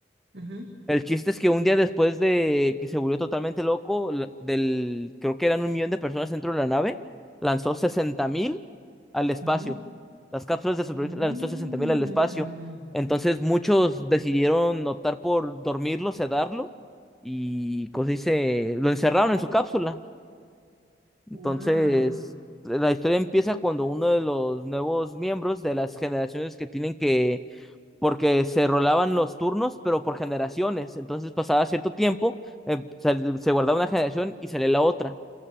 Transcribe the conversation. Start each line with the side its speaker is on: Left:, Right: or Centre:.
Right: ujú,
Centre: El chiste es que un día después de que se volvió totalmente loco, la- del, creo que eran un millón de personas dentro de la nave, lanzó sesenta mil al espacio.
Right: ujú, ujú,
Centre: Las cápsulas de supervivencia
Right: ujú.
Centre: lanzó sesenta mil al espacio. Entonces muchos decidieron optar por dormirlo, sedarlo y, ¿cómo se dice? Lo encerraron en su cápsula. Entonces,
Right: Wow.
Centre: la historia empieza cuando uno de los nuevos miembros de las generaciones que tienen que, porque se rolaban los turnos, pero por generaciones, entonces pasaba cierto tiempo, eh, sal- se guardaba una generación y salía la otra.